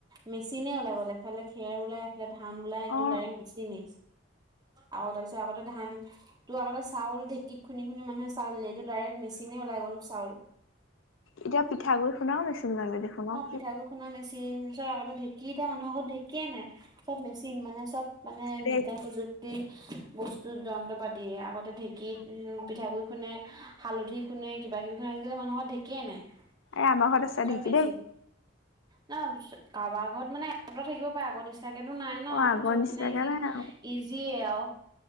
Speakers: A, on the right; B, on the left.
A: মেচিনে ওলাই এফালে খেৰ ওলাই ধান ওলাই একদম
B: অ
A: ডাইৰেক্ট মেচিনে আৰু তাৰপিছত আগতে ধান তো আগতে চাউল ঢেঁকীত খুন্দি খুন্দি মানুহে চাউল উলিয়াই এতিয়াটো ডাইৰেক্ট মেচিনে ওলাই গ'ল চাউল
B: এতিয়া পিঠাগুড়ি খুন্দাও মেচিন ওলালে দেখোন
A: অ
B: কি
A: পিঠাগুৰি খুন্দা মেচিন তাৰ আগতে ঢেঁকী এতিয়া মানুহ ঘৰত ঢেঁকিয়ে নাই চব মেচিন মানে চব মানে
B: দেই
A: বিজ্ঞান প্ৰযুক্তি বস্তুৰ যন্ত্ৰ পাতি আগতে ঢেঁকীত উম পিঠাগুৰি খুন্দে হালধি খুন্দে কিবা কিবি খন আজিকালি মানুহৰ ঘৰত ঢেঁকীয়ে নাই
B: এ আমাৰ ঘৰত আছে
A: চব
B: ঢেঁকী
A: মেচিন
B: দেই
A: ন কাৰোবাৰ ঘৰত মানে এটা দুটা থাকিব পাৰে আগৰ নিচিনা কেতো নাই ন
B: অ আগৰ
A: চব
B: নিচিনাকে
A: মানে ইজি
B: নাই আৰু
A: ইজিয়ে আৱ